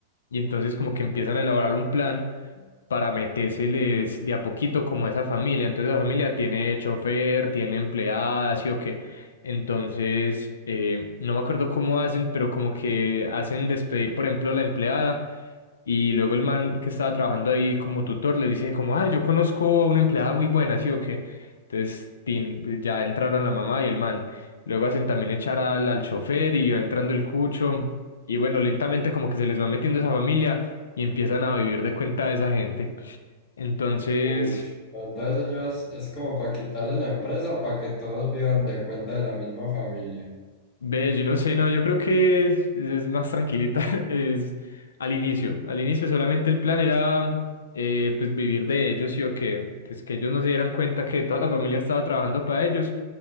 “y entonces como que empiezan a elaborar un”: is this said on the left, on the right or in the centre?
Left